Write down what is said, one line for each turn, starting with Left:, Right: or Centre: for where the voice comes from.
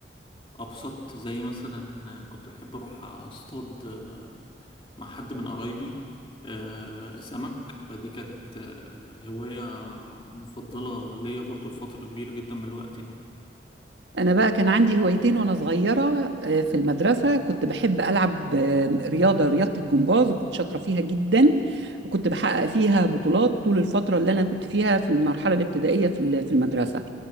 Left: أبسط زي مثلا كنت بحب أروح أصطاد آه، مع حد من قرايبي آه، سمك فدي كانت آه، هواية مفضلة ليا برضو لفترة كبيرة جدا من الوقت يعني
Right: أنا بقى كان عندي هوايتين وأنا صغيرة آه، في المدرسة كنت بحب ألعب آه، رياضة رياضة الجمباز وكنت شاطرة فيها جدا وكنت بحقق فيها بطولات طول الفترة اللي أنا كنت فيها في المرحلة الابتدائية في ال- في المدرسة